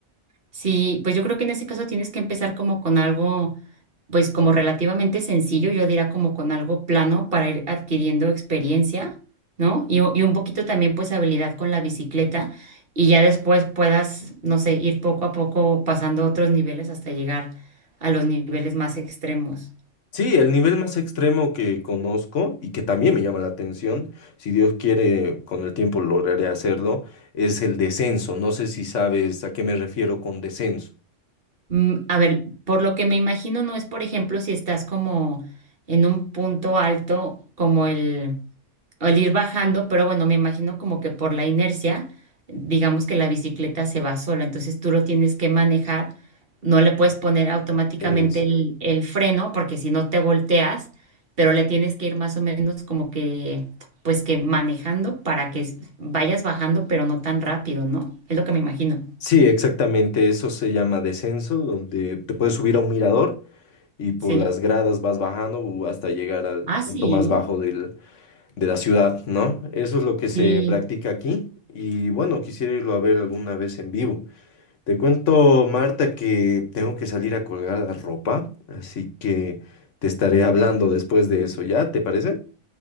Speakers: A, on the right (about 50°); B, on the left (about 70°).
A: Sí, pues yo creo que en ese caso tienes que empezar como con algo, pues como relativamente sencillo, yo diría como con algo plano para ir adquiriendo experiencia, ¿no? Y, u- y un poquito también pues habilidad con la bicicleta y ya después puedas, no sé, ir poco a poco pasando otros niveles hasta llegar a los niveles más extremos.
B: Sí, el nivel más extremo que conozco y que también me llama la atención, si Dios quiere, con el tiempo lograré hacerlo, es el descenso. No sé si sabes a qué me refiero con descenso.
A: Mm, a ver, por lo que me imagino no es, por ejemplo, si estás como en un punto alto como el... o el ir bajando, pero bueno, me imagino como que por la inercia, digamos que la bicicleta se va sola, entonces tú lo tienes que manejar, no le puedes poner automáticamente
B: Es,
A: el, el freno porque si no te volteas, pero le tienes que ir más o menos como que, pues que manejando para que s- vayas bajando, pero no tan rápido, ¿no? Es lo que me imagino.
B: sí, exactamente, eso se llama descenso, donde te puedes subir a un mirador y por
A: Sí.
B: las gradas vas bajando u- hasta llegar al
A: Ah,
B: punto
A: sí.
B: más bajo del- de la ciudad, ¿no? Eso es lo que se
A: Sí.
B: practica aquí y bueno, quisiera irlo a ver alguna vez en vivo. Te cuento, Marta, que tengo que salir a colgar la ropa, así que te estaré hablando después de eso, ¿ya? ¿Te parece?